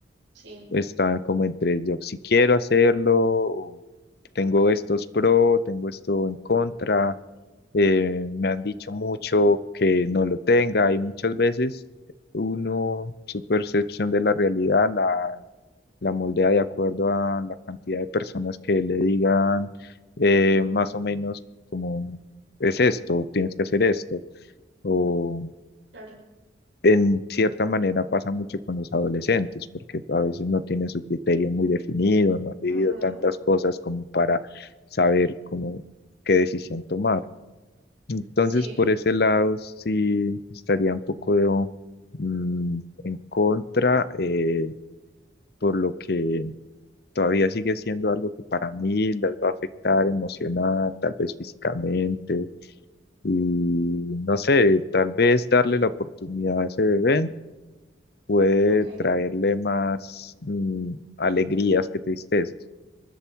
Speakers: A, on the right; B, on the left.
A: sí,
B: están como entre yo si quiero hacerlo, o tengo estos pro, tengo esto en contra, eh, me han dicho mucho que no lo tenga y muchas veces uno, su percepción de la realidad la la moldea de acuerdo a la cantidad de personas que le digan eh, más o menos como es esto, tienes que hacer esto, o
A: claro.
B: en cierta manera pasa mucho con los adolescentes, porque a veces no tienen su criterio muy definido, no han vivido
A: Ujú,
B: tantas cosas como para saber cómo, qué decisión tomar. Entonces,
A: sí,
B: por ese lado, sí estaría un poco de, mm, en contra, eh, por lo que todavía sigue siendo algo que para mí las va a afectar emocional, tal vez físicamente, y no sé, tal vez darle la oportunidad a ese bebé puede
A: ok.
B: traerle más mm, alegrías que tristezas.